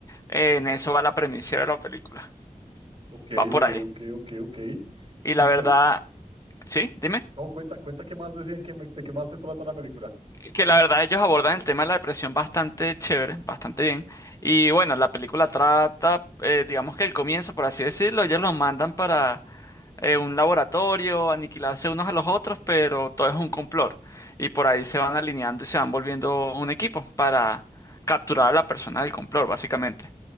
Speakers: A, on the left; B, on the right.
A: eh, en eso va la premisa de la película,
B: Ok,
A: va por
B: ok,
A: ahí.
B: ok, ok, ok.
A: Y
B: ¿Y
A: la
B: qué?
A: verdad, sí, dime,
B: No, cuenta, cuenta qué más decían, qué me- de qué más se trata la película.
A: que la verdad ellos abordan el tema de la depresión bastante chévere, bastante bien. Y bueno, la película trata, eh, digamos que el comienzo, por así decirlo, ellos los mandan para eh, un laboratorio, aniquilarse unos a los otros, pero todo es un complot. Y por ahí se van alineando y se van volviendo un equipo para capturar a la persona del complot, básicamente.